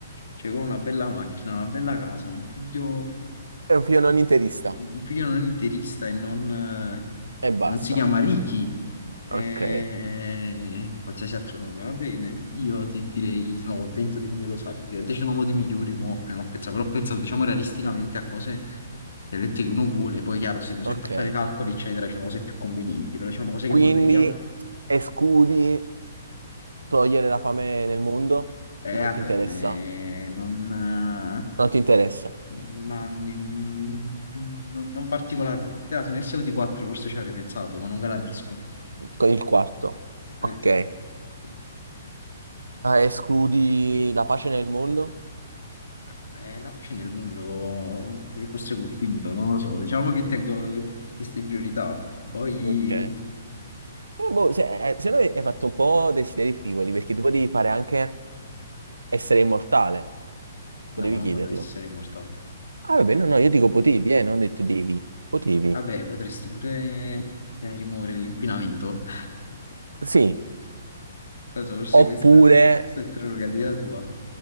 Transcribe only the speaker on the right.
È un film non interista
e basta.
Ok.
Ok.
Quindi
escludi togliere la fame nel mondo?
Non
ti
interessa?
Non ti interessa.
Con il quarto. Ok.
Eh,
escludi la pace nel mondo?
Ok. Eh, boh, se, eh, se no hai fatto un po' desideri frivoli, perché tu potevi fare anche essere immortale. Potevi
chiederlo.
Ah, vabbè, no, no, io dico potevi, eh, non ho detto devi. Potevi.
Sì.
Oppure,